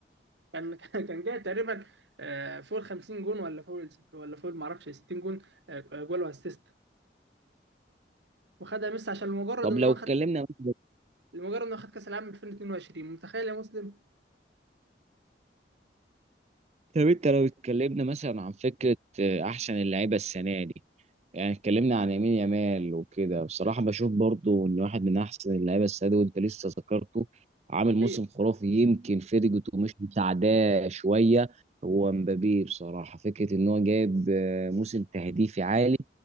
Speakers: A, on the right; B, on the right.
A: كان <laughs> كان جاي تقريبا آه، فوق ال 50 جون ولا فوق ال- ولا فوق ما اعرفش 60 جون آه، جول واسيست وخدها ميسي عشان لمجرد
B: طب
A: ان
B: لو
A: هو
B: اتكلمنا
A: خد
B: مثلا
A: لمجرد ان هو خد كاس العالم 2022 متخيل يا مسلم
B: طب انت لو اتكلمنا مثلا عن فكره آه، احسن اللعيبه السنه دي يعني اتكلمنا عن يمين يمال وكده بصراحه بشوف برضو ان واحد من احسن اللعيبه السنه دي وانت لسه ذكرته عامل موسم
A: حقيقة
B: خرافي يمكن فيرجيتو مش مساعداه شويه هو مبابي بصراحه فكره ان هو جايب آه، موسم تهديفي عالي